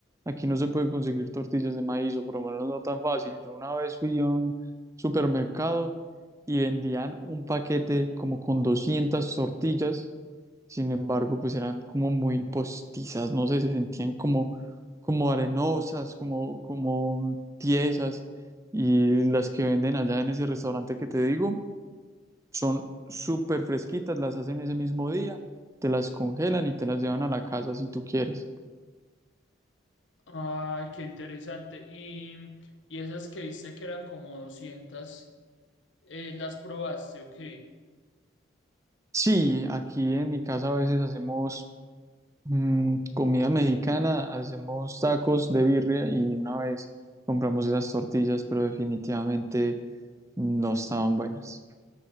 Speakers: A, on the right (about 15°); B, on the left (about 75°).
A: Aquí no se pueden conseguir tortillas de maíz, o por lo menos no tan fácil. Yo una vez fui a un supermercado y vendían un paquete como con 200 tortillas, sin embargo, pues eran como muy postizas, no sé, se sentían como, como arenosas, como, como tiesas. Y las que venden allá en ese restaurante que te digo, son súper fresquitas, las hacen ese mismo día, te las congelan y te las llevan a la casa si tú quieres.
B: Ay, qué interesante. Y, y esas que viste que eran como 200 eh, ¿las probaste o qué?
A: Sí, aquí en mi casa a veces hacemos mm, comida mexicana, hacemos tacos de birria y una vez compramos esas tortillas, pero definitivamente no estaban buenas.